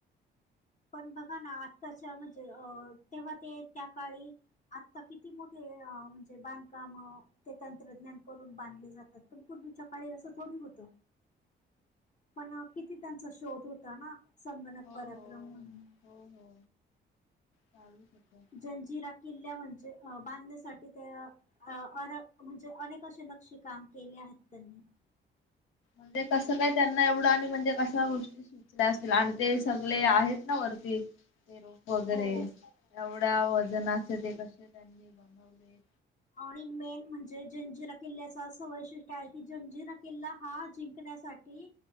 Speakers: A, on the left; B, on the left.
A: पण बघा ना, आत्ताच्या म्हणजे अ तेव्हा ते त्या काळी आत्ता किती मोठे म्हणजे बांधकाम ते तंत्रज्ञान करून बांधले जातात, पण पूर्वीच्या काळी असं थोडी होत. पण किती त्यांचा शोध होता ना. संगणक
B: हो
A: पराक्रम
B: हो
A: म्हणून
B: हो हो, चालूच होतं.
A: जंजिरा किल्ल्या म्हणजे अ बांधण्यासाठी त्या अ म्हणजे अनेक असे नक्षी काम केले आहेत त्यांनी.
B: म्हणजे कसं काय त्यांना एवढं आणि म्हणजे कशा गोष्टी सुचल्या असतील आणि ते सगळे आहेत ना वरती ते रोप वगैरे
A: हो
B: एवढ्या वजनचे ते कसे त्यांनी बनवले.
A: आणि मेन म्हणजे जंजिर किल्ल्याचा असं वैशिष्ट्य आहे की, जंजिरा किल्ला हा जिंकण्यासाठी